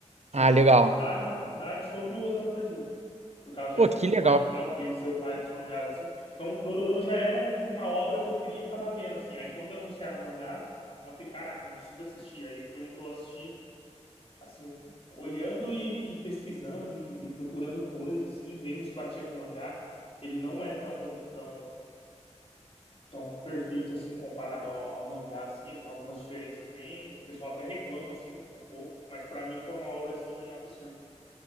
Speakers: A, on the left (about 50°); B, on the right (about 65°).
A: Tinha
B: Ah,
A: feito
B: legal.
A: um trabalho na faculdade sobre o Osamu Tezuka por causa de
B: Pô,
A: Astro
B: que legal.
A: Boy e tal, por ele ser o pai dos mangás, assim. Então, Dororo já era um- uma obra que eu queria acabar lendo, assim. Aí, quando anunciaram o mangá, aí eu falei, caraca, não preciso assistir. Aí foi um que eu assisti, assim, olhando e, e pesquisando e, e procurando coisas, assim, vendo se batia com o mangá. Ele não é tão, tão, tão perfeito, assim, comparado ao, ao mangá, assim. Ele tem algumas diferenças bem... O pessoal até reclama, assim, um pouco. Mas, pra mim, foi uma obra, assim, absurda.